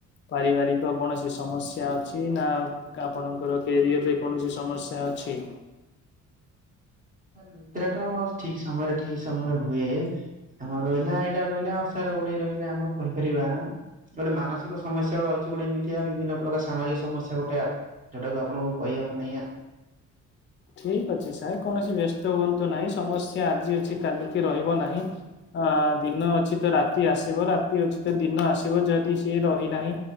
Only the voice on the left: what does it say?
ପାରିବାରିକ କୌଣସି ସମସ୍ୟା ଅଛି ନା ଆପଣଙ୍କର କ୍ୟାରିଅରରେ କୌଣସି ସମସ୍ୟା ଅଛି?
ଠିକ ଅଛି ସାର୍ କୌଣସି ବ୍ୟସ୍ତ ହୁଅନ୍ତୁ ନାହିଁ ସମସ୍ୟା ଆଜି ଅଛି କାଲିକି ରହିବ ନାହିଁ। ଅ ଦିନ ଅଛି ତ ରାତି ଆସିବ ରାତି ଅଛି ତ ଦିନ ଆସିବ ଯଦି ସିଏ ରହିନାହିଁ।